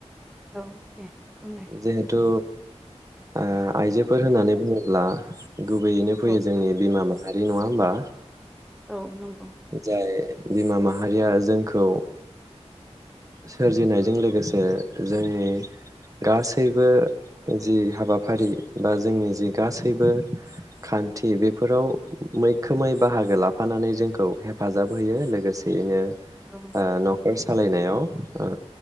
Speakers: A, in the centre; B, on the right.
A: औ दे। बुंलाय
B: जिहेतु ओ आइजोफोर होननानै बुङोब्ला गुबैयैनो फैयो
A: औ
B: जोंनि बिमा माहारि माहारि नङा होमबा?
A: औ नंगौ।
B: जाय बिमा माहारिया जोंखौ सोरजिनायजों ओ लोगोसे जोंनि गासैबो जि हाबाफारि बा जोंनि जि गासैबो खान्थि बेफोराव मैखोमै बाहागो लाफानानै जोंखौ हेफाजाब होयो लोगोसेयैनो ओ
A: औ
B: न'खर सालायनायाव ओ